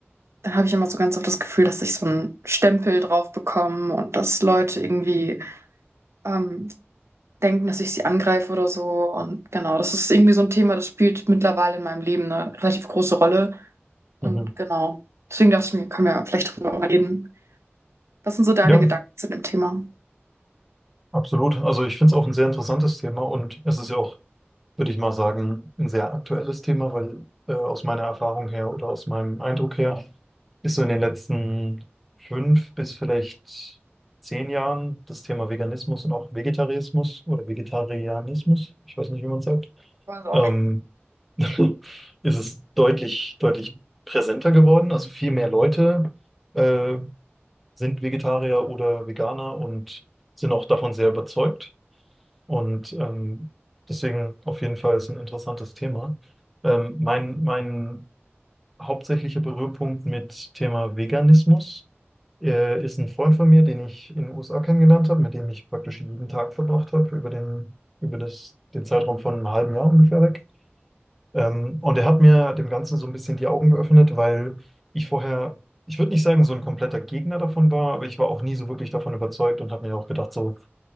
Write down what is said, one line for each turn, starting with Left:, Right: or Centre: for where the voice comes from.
Right: dann habe ich immer so ganz oft das Gefühl, dass ich so einen Stempel drauf bekomme und dass Leute irgendwie ähm, denken, dass ich sie angreife oder so. Und genau, das ist irgendwie so ein Thema, das spielt mittlerweile in meinem Leben eine relativ große Rolle. Und
Centre: Mhm.
Right: genau, deswegen dachte ich mir, können wir vielleicht drüber reden. Was sind so deine
Centre: Ja,
Right: Gedanken zu dem Thema?
Centre: Absolut. Also ich finde es auch ein sehr interessantes Thema und es ist ja auch, würde ich mal sagen, ein sehr aktuelles Thema, weil äh, aus meiner Erfahrung her oder aus meinem Eindruck her ist so in den letzten fünf bis vielleicht zehn Jahren das Thema Veganismus und auch Vegetarismus oder Vegetarianismus, ich weiß nicht, wie man es sagt,
Right: War so auch
Centre: ähm,
Right: eine
Centre: <laughs> ist es deutlich, deutlich präsenter geworden. Also viel mehr Leute äh, sind Vegetarier oder Veganer und sind auch davon sehr überzeugt. Und ähm, deswegen auf jeden Fall ist ein interessantes Thema. Ähm, mein, mein hauptsächlicher Berührpunkt mit Thema Veganismus äh, ist ein Freund von mir, den ich in den USA kennengelernt habe, mit dem ich praktisch jeden Tag verbracht habe, über den, über das, den Zeitraum von einem halben Jahr ungefähr weg. Ähm, und er hat mir dem Ganzen so ein bisschen die Augen geöffnet, weil ich vorher, ich würde nicht sagen, so ein kompletter Gegner davon war, aber ich war auch nie so wirklich davon überzeugt und habe mir auch gedacht, so,